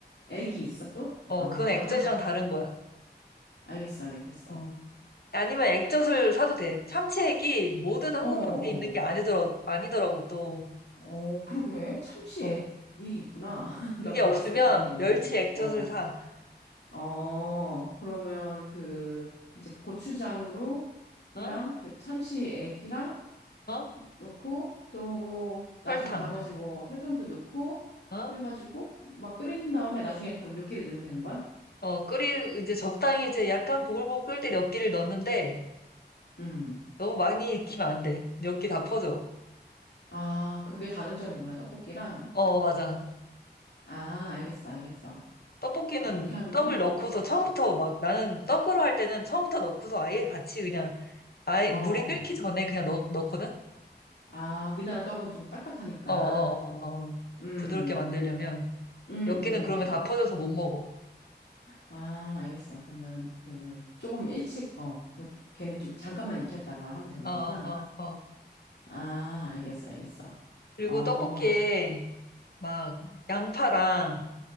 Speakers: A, on the left (about 90°); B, on the left (about 60°).
A: 액이 있어 또?
B: 어,
A: 아,
B: 그건 액젓이랑 아, 다른 거야.
A: 알겠어. 알겠어.
B: 어. 아니면 액젓을 사도 돼. 참치액이 모든 한국마트에
A: 어, 어. 어.
B: 있는 게 아니더라, 아니더라고, 또.
A: 어, 그러게. 참치액이
B: 어.
A: 있구나. <laughs>
B: 그게
A: 나 몰랐어.
B: 없으면
A: 그런 게 있는지.
B: 멸치 액젓을
A: 어,
B: 사.
A: 어, 그러면 그, 이제 고추장으로, 이랑
B: 어?
A: 그 참치액이랑
B: 어?
A: 넣고, 또, 나
B: 설탕.
A: 좀, 나머지 뭐 설탕도 넣고,
B: 어?
A: 해가지고, 막 끓인 다음에 나중에 그럼 요끼를 넣으면 되는 거야?
B: 어, 끓이, 이제 적당히 이제 약간 보글보글 끓을 때 몇 개를 넣는데
A: 음.
B: 너무 많이 익히면 안 돼. 몇기다 퍼져.
A: 아, 그게 다른 점이구나. 떡볶이랑.
B: 어, 맞아.
A: 아, 알겠어. 알겠어.
B: 떡볶이는
A: 그렇게 하면은,
B: 떡을 넣고서 처음부터 막 나는 떡으로 할 때는 처음부터 넣고서 아예 같이 그냥 아예
A: 어,
B: 물이 끓기 전에 그냥 넣, 넣거든?
A: 아, 우리나라 떡은 좀 딱딱하니까.
B: 어어어 어, 어, 어, 어.
A: 음.
B: 부드럽게 만들려면
A: 음,
B: 엽기는
A: 음.
B: 그러면 다 퍼져서 못 먹어.
A: 아, 알겠어. 그러면 그 조금 일찍 어, 그 걔는 좀 잠깐만 익혔다가 하면 되는
B: 어어어
A: 거구나.
B: 어, 어, 어.
A: 아, 알겠어, 알겠어.
B: 그리고
A: 어,
B: 떡볶이에 막 양파랑